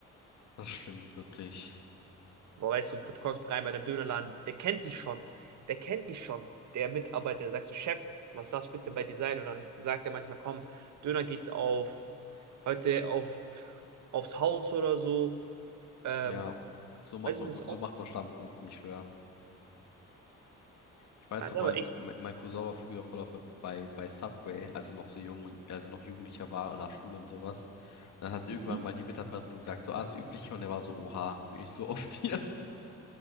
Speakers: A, on the left (about 65°); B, on the right (about 70°).
A: das stimmt wirklich.
B: Aber weißt du, du kommst rein bei deinem Dönerladen, der kennt sich schon, der kennt dich schon, der Mitarbeiter, der sagt so, Chef, was darf bitte bei dir sein? Und dann sagt er manchmal, komm, Döner geht auf, heute auf, aufs Haus oder so, ähm,
A: Ja, so macht
B: weißt
A: man
B: du, das
A: gut,
B: ist auch,
A: so macht man Stammkunden, ich schwör. Ich weiß
B: das
A: doch,
B: ist
A: mein,
B: aber echt
A: mein mein Cousin war früher voll auf bei, bei Subway, als er noch so jung, und- als er noch Jugendlicher war und nach Schule und sowas. Und dann hat irgendwann
B: Mhm.
A: mal die Mitarbeiterin gesagt, so, ah, das Übliche, und er war so, oha, bin ich so <laughs> oft hier.